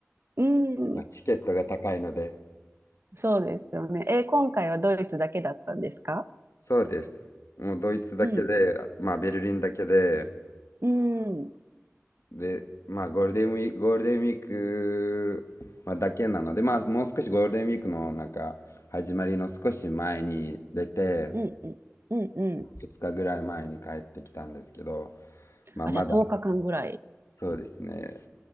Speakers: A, on the right; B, on the left.
A: うん、
B: まあ、チケットが高いので。
A: そうですよね。え、今回はドイツだけだったんですか
B: そうです。もうドイツだけで、
A: うん、
B: まあベルリンだけで、
A: うん、うん、
B: で、まあゴールデンウィーク、ゴールデンウィーク、まあ、だけなので、まあもう少しゴールデンウィークのなんか始まりの少し前に出て、
A: うん、うん、うん。
B: 2日ぐらい前に帰ってきたんですけど、まあまだ、
A: あ、じゃあ10日間ぐらい。
B: そうですね。